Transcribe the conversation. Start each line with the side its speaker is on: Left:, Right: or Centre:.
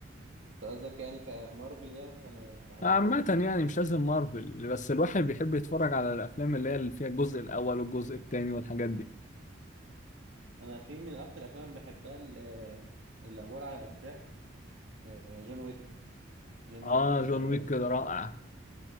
Right: انت قصدك يعني كمارفل يعني ولا عامه
Left: عامة يعني مش لازم مارفل بس الواحد بيحب يتفرج على الأفلام اللي هي اللي فيها الجزء الأول والجزء الثاني والحاجات دي
Right: انا في من اكتر الافلام اللي بحبها ال- آه، اللي عباره عن اجزاء آه، جون ويك جون ويك
Left: آه
Right: آه
Left: جون ويك كده رائع